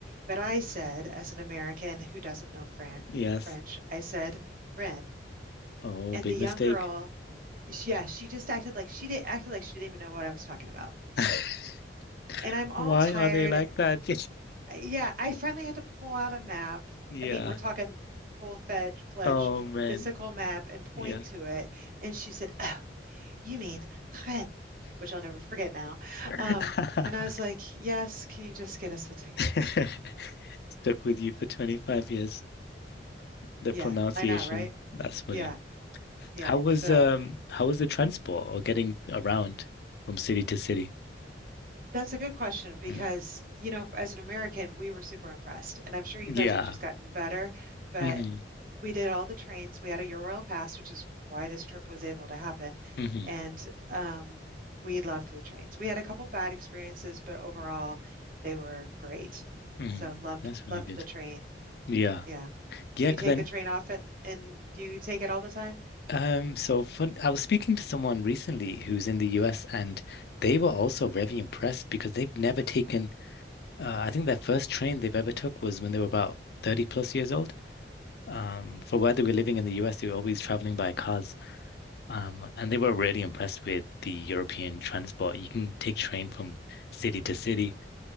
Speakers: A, on the right; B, on the left.
A: But I said, as an American who doesn't know Fran
B: Yes.
A: French, I said Rennes.
B: Oh,
A: And
B: big
A: the young
B: mistake.
A: girl, she, yeah, she just acted like she did acted like she didn't even know what I was talking about.
B: <laughs>
A: And I'm all
B: Why
A: tired
B: are they like that?
A: yeah, I finally had to pull out a map.
B: <laughs> Yeah.
A: I mean, we're talking full-fledged, fledged
B: Oh, man.
A: physical map and
B: Yeah.
A: point to it. And she said, "Oh, you mean Ren," which I'll never forget now.
B: <laughs>
A: Um, and I was like, "Yes, can you just get us the tickets?"
B: <laughs> Stuck with you for 25 years. The
A: Yeah,
B: pronunciation.
A: I know, right?
B: That's funny.
A: Yeah, yeah.
B: How was
A: So.
B: um how was the transport or getting around from city to city?
A: That's a good question because,
B: Mm.
A: you know, as an American, we were super impressed. And I'm sure you
B: Yeah.
A: guys have just gotten better, but
B: hmm
A: we did all the trains. We had a Eurail pass, which is why this trip was able to happen.
B: hmm
A: And um, we loved the trains. We had a couple bad experiences, but overall, they were great.
B: hmm
A: So loved
B: That's
A: loved
B: really good.
A: the train.
B: Yeah.
A: Yeah.
B: Yeah,
A: Do you
B: 'cause
A: take
B: then
A: the train off it and do you take it all the time?
B: um so fun I was speaking to someone recently who's in the US and they were also very impressed because they've never taken uh, I think their first train they've ever took was when they were about 30 plus years old. Um, for where they were living in the US, they were always traveling by cars. Um, and they were really impressed with the European transport. You can take train from city to city